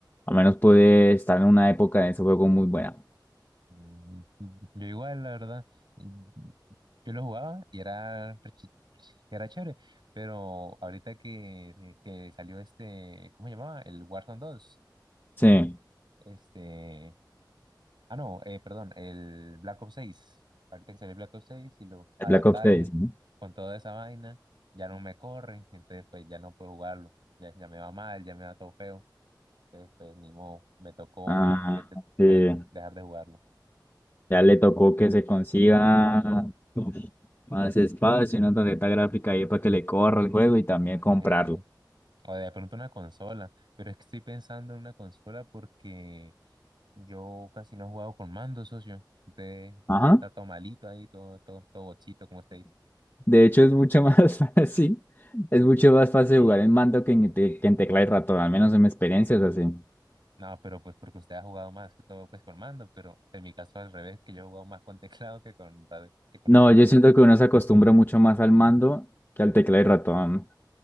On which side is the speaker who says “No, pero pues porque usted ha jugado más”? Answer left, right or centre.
Right